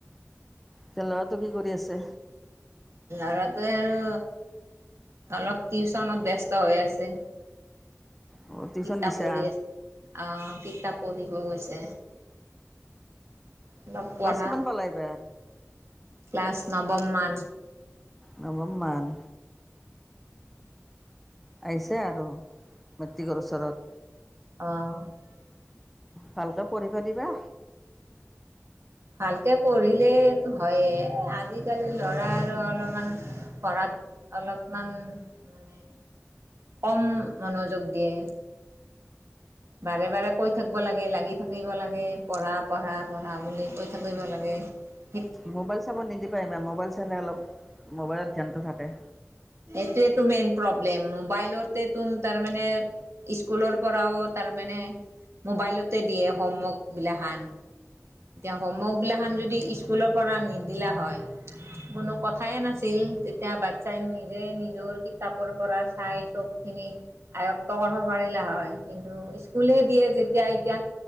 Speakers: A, in the centre; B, on the right.
A: এতিয়া ল'ৰাটো কি কৰি আছে
B: ল'ৰাটোৱে আৰু অলপ টিউচনত ব্যস্ত হৈ আছে।
A: অ টিউচন
B: কিতাপ
A: দিছা
B: পঢ়ি আছে, অ' কিতাপ পঢ়িব গৈছে। অলপ পঢ়া
A: ক্লাছ কিমান পালা এইবাৰ
B: ক্লাছ নৱমমান
A: নৱম ম আহ আহিছে আৰু মেতিিকচৰতৰত
B: অঁ
A: ভালকৈ পঢ়িবা দিবা
B: ভালকে পঢ়িলেই হয়েই, আজিকালি ল'ৰা আৰু অলপমান পঢ়াত অলপমান মানে কম মনোযোগ দিয়ে। বাৰে বাৰে কৈ থাকব লাগে লাগি থাকিব লাগে পঢ়া পঢ়া পঢ়া বুলি কৈ থাকিব লাগে। হয়
A: মোবাইল চাব নিদ পাৰিমা মোবাইল চালে অলপ মোবাইলত ধ্যানটো থাকে
B: এইটোটো মেইন প্ৰব্লেম মোবাইলৰ তেত তাৰ মমানে স্কুলৰ পৰাও তাৰমানে মোবাইলতে দিয়ে হোমৱৰ্ক বিলাখান এতিয়া হোমৱৰ্ক বিলা খখন যদি স্কুলৰ পৰা নিদিলা হয় কোনো কথাই নাছিল, তেতিয়া বাচ্ছাই নিজে নিজৰ কিতাপৰ পৰা চাই চব আয়ত কৰিব পাৰিলে হয় কিন্তু স্কুল দিয়ে যেতিয়া এতিয়া